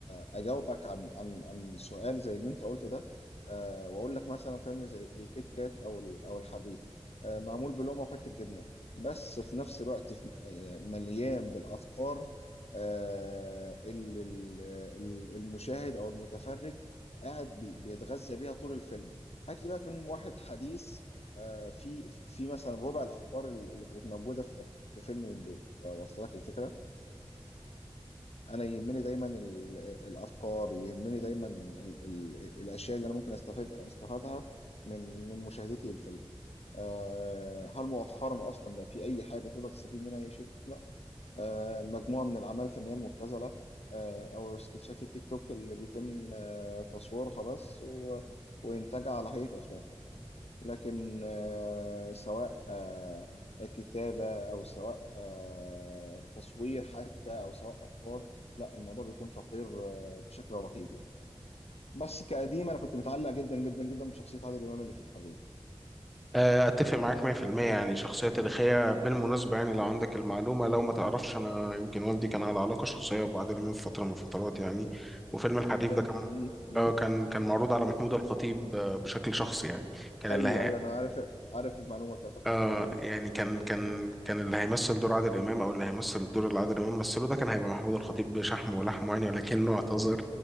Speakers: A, on the left; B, in the centre.
A: اجاوبك عن عن عن سؤال زي اللي انت قلته ده آه واقول لك مثلا فيلم زي الكيت كات او ال- او الحريف آه، معمول بلومه وحته جبنه بس في نفس الوقت في- آه، مليان بالافكار آه، اللي ال- ال- المشاهد او المتفرج قاعد بي- بيتغذى بيها طول الفيلم هات لي بقى فيلم واحد حديث آه، في في مثلا ربع الافكار اللي كانت موجوده في في فيلم من دول واصل لك الفكره انا يهمني دايما ال- الافكار يهمني دايما ال- ال- الاشياء اللي انا ممكن استفيد استفادها من من مشاهدتي للفيلم آه، هل مؤخرا اصلا بقى في اي حاجه تقدر تستفيد منها اي شيء؟ لا آه، مجموعه من الاعمال الفنيه المبتذله آه، او سكتشات التيك توك اللي بيتم آه، تصويرها بس و... وانتاجها على هيئه افلام لكن آه، سواء آه، كتابه او سواء آه، تصوير حتى او سواء افكار لا الموضوع بيكون فقير آه، بشكل رهيب يعني بس كقديم انا كنت متعلق جدا جدا جدا بشخصيه عادل امام اللي في الحريف
B: آه، اتفق معاك 100% يعني شخصيه تاريخيه بالمناسبه يعني لو عندك المعلومه لو ما تعرفش انا يمكن والدي كان على علاقه شخصيه ببعض من فتره من الفترات يعني وفيلم الحريف
A: بجد
B: ده كان
A: مم. مم.
B: آه كان كان معروض على محمود الخطيب آه، بشكل شخصي يعني كان
A: ايوه
B: اللي هي...
A: ايوه انا عارف عارف المعلومه بتاعت الخطيب
B: آه
A: ايوه
B: يعني كان كان
A: مم.
B: كان اللي هيمثل دور عادل امام او اللي هيمثل الدور اللي عادل امام مثله ده كان هيبقى محمود الخطيب بشحم ولحمه يعني ولكنه اعتذر
A: مم.